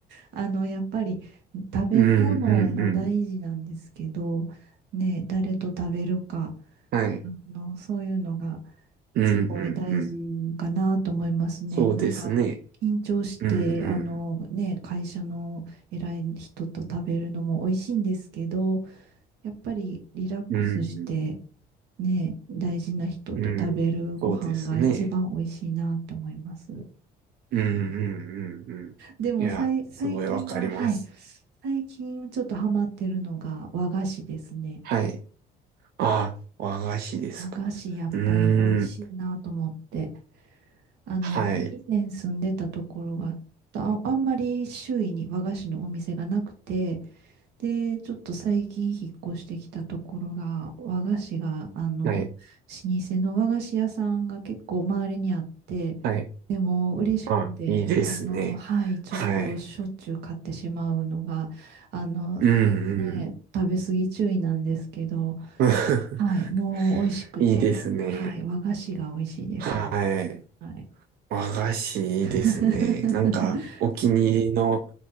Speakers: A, on the right (about 80°); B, on the right (about 65°).
A: あの、やっぱり、食べるものも大事なんですけど、
B: うん、うん、うん。
A: ね、誰と食べるか、
B: はい。
A: あの、そういうのが、
B: うん、
A: すごい大事かなと思いますね。
B: うん、うん。そうですね。
A: なんか、緊張して、
B: うん、うん。
A: あのね、会社の偉い人と食べるのも美味しいんですけど、やっぱりリラックスして、
B: うん、うん。
A: ね、大事な人と食べるご飯が一番美味しいなと思います。
B: うん、そうですね。うんうんうんうん。
A: でもさい、
B: いや、すごいわかります。
A: 最近は、はい、最近ちょっとハマってるのが和菓子ですね。はい
B: はい。あ、和菓子ですか。
A: 和菓子やっぱり美味しいなと思って。
B: うーん。
A: あの、
B: はい。
A: 以前住んでたところが、あ、あんまり周囲に和菓子のお店がなくて、で、ちょっと最近引っ越してきたところが、和菓子が、あの、
B: はい。
A: 老舗の和菓子屋さんが結構周りにあって、
B: はい。
A: でも嬉しくて、
B: あ、いいですね。
A: あの、はい、ちょっとしょっちゅう買ってしまうのが、
B: はい。
A: あの、
B: うんうん。
A: ね、食べ過ぎ注意なんですけど、
B: <laughs>
A: はい、もう美味しくて、
B: いいですね。
A: はい、和菓子が美味しいですね。
B: はい。
A: はい
B: 和菓子いいですね。
A: <laughs>
B: なんか、お気に入りの